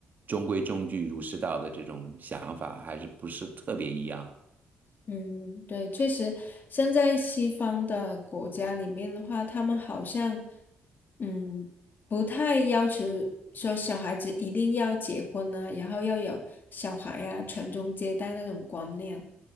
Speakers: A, on the right; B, on the left.
A: 中规中矩儒释道的这种想法还是不是特别一样。
B: 嗯，对，确实，现在西方的国家里面的话，他们好像，嗯，不太要求说小孩子一定要结婚呢、然后要有小孩呀、传宗接代那种观念。